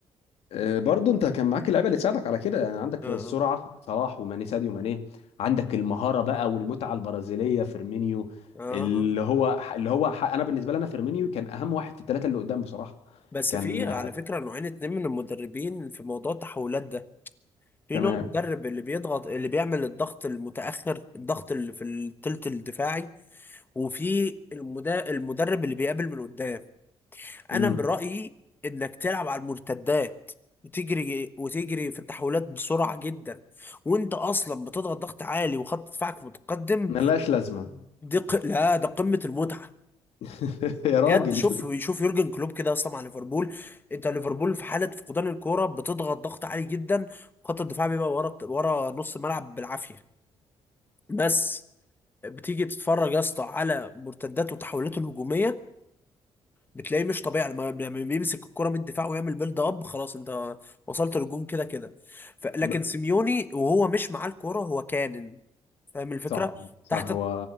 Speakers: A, on the left; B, on the left.
A: آه، برضه انت كان معاك اللعيبه اللي تساعدك على كده يعني عندك
B: اه
A: السرعه صلاح وماني ساديو ماني عندك المهاره بقى والمتعه البرازيليه فيرمينيو
B: اه
A: اللي
B: آه.
A: هو اللي هو ح- انا بالنسبه لي انا فيرمينيو كان اهم واحد في الثلاثه اللي قدام بصراحه
B: بس
A: كان
B: في على
A: آه،
B: فكره نوعين اتنين من المدربين في موضوع التحولات ده في
A: تمام
B: نوع مدرب اللي بيضغط اللي بيعمل الضغط المتاخر الضغط اللي في الثلث الدفاعي وفي المدا- المدرب اللي بيقابل من قدام انا
A: امم
B: من رأيي انك تلعب على المرتدات وتجري وتجري في التحولات بسرعة جدا وانت اصلا بتضغط ضغط عالي وخط دفاعك متقدم
A: ملهاش لازمه
B: دي ق... لا ده قمة المتعة
A: <laughs> يا
B: بجد
A: راجل
B: شوف شوف يورجن كلوب كده اصلا مع ليفربول انت ليفربول في حالة فقدان الكورة بتضغط ضغط عالي جدا وخط الدفاع بيبقى ورا ورا نص الملعب بالعافية بس بتيجي تتفرج يا اسطى على مرتدات وتحولات الهجومية بتلاقيه مش طبيعي لما لما بيمسك الكرة من الدفاع ويعمل بيلد اب خلاص انت وصلت للجون كده كده ف... لكن
A: ب-
B: سيميوني وهو مش معاه الكرة هو كانن فاهم الفكرة
A: صح صح
B: تحت
A: هو